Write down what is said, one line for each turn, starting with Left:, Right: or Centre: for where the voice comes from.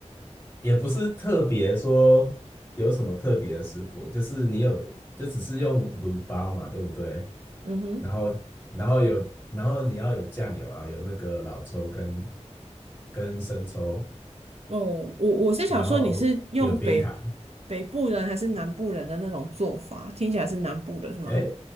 Left: 也不是特别说有什么特别的食谱，就是你有就只是用卤包嘛，对不对？
Right: 嗯哼，
Left: 然后然后有然后你要有酱油啊，有那个老抽跟跟生抽，
Right: 哦，我我是想说你是用北
Left: 然后有冰糖，
Right: 北部人还是南部人的那种做法，听起来是南部的是吗？
Left: 哎，